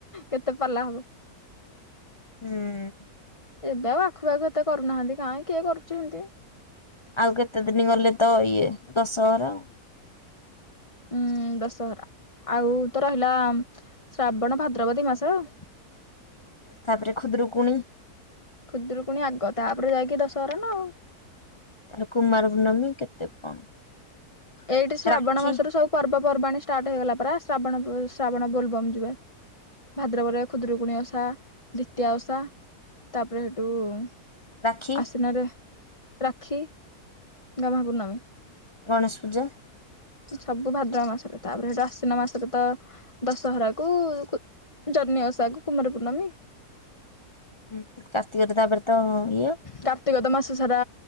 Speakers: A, on the left; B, on the left.
A: କେତେ ପାଲାହବ।
B: ହୁଁ।
A: ଏବେ ଆଉ ଆଖୁପାଖୁ ଏତେ କରୁନାହାନ୍ତି କାଇଁ କିଏ କରୁଚି ହେମତି।
B: ଆଉ କେତେ ଦିନି ଗଲେ ତ ଇଏ ଦଶହରା।
A: ଉଁ ଦଶହରା ଆଉ ତ ରହିଲା ଶ୍ରାବଣ, ଭାଦ୍ରବ ଦି ମାସେ ଆଉ।
B: ତାପରେ ଖୁଦୁରୁକୁୁଣି
A: ଖୁଦୁରୁକୁଣୀ ଆଗ ତାପରେ ଯାଇକି ଦଶହରା ନା ଆଉ।
B: ତାର କୁମାର ପୁର୍ଣ୍ଣମୀ କେତେ କଣ?
A: ଏଇଠି ଶ୍ରାବଣ
B: ରାକ୍ଷୀ
A: ମାସରୁ ସବୁ ପର୍ବପର୍ବାଣୀ ଷ୍ଟାର୍ଟ ହେଇଗଲା ପା ଶ୍ରାବଣ ଶ୍ରାବଣ ବୋଲବମ୍ ଯିବେ। ଭାଦ୍ରବରେ ଖୁଦରୁକୁଣୀ ଓଷା, ଦ୍ୱିତୀୟା ଓଷା ତାପରେ ହେ
B: ରାକ୍ଷୀ
A: ଆଶ୍ଵିନରେ ରାକ୍ଷୀ, ଗହ୍ମା ପୂର୍ଣ୍ଣମୀ।
B: ଗଣେଶ ପୂଜା।
A: ସବୁ ଭାଦ୍ରବ ମାସରେ ତାପରେ ହେଠୁ ଆଶ୍ଵିନ ମାସରେ ତ ଦଶହରା କୁ ଖୁ ଜହ୍ନି ଓଷାକୁ କୁମାର ପୂଣ୍ଣମୀ।
B: ହୁଁ କାର୍ତ୍ତିକରେ ତାପରେ ତ ଇଏ
A: କାର୍ତ୍ତିକ ତ ମାସ ସାରା